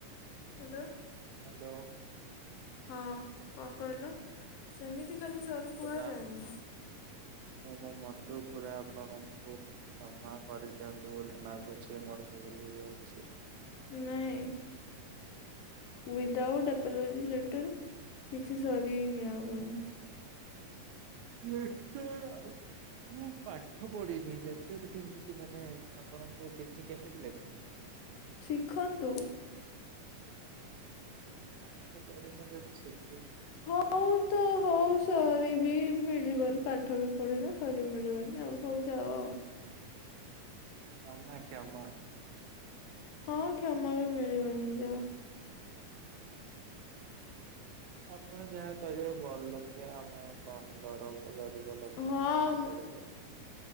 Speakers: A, on the left; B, on the right.
A: ହାଲୋ।
B: ହାଲୋ।
A: ହଁ କଣ କହିଲ ସେମିତି ଖାଲି ସରି
B: ପୁରା
A: କୁହାଯାଏନି।
B: ମୁଁ ମୋ ମନରୁ ପୁରା ଆପଣଙ୍କୁ କ୍ଷମା କରିଦିଅନ୍ତୁ ବୋଲି ମାଗୁଛି ମୋର ଭୁଲ। ହେଇଯାଇଛି।
A: ନାଇ। ୱିଦାଆଉଟ୍ ଆପୋଲୋଜି ଲେଟର କିଛି ସରି ନିଆହବନି।
B: ଲେଟର ଆ ମୁଁ ପାଠ ପଢିନି ଲେଟର କେମିତି ମାନେ। ଆପଣଙ୍କୁ ଚିଠି କେମିତି ଲେଖିବି?
A: ଶିଖନ୍ତୁ।
B: ପାଠ ପଢିନି ଯଦି ଶି
A: ହଉ ତ ହଉ ସରି ବିି ମିଳିବନି ପାଠ ବି ପଢ଼ିନ ସରି ମିଳିବନି ଆଉ ହଉ ଯାଅ ଆଉ।
B: କ୍ଷମା କ୍ଷମା।
A: ହଁ କ୍ଷମା ବି ମିଳିବ ନିି ଯାଅ।
B: ଉଁ ଆପଣ ଯାହା କରିବେ ବଡ଼ ଲୋକିଆ ଆମେ କଣ ସବୁ ଗରିବ ଲୋକ
A: ହଁ
B: କଁ କରିବୁ ଆଉ?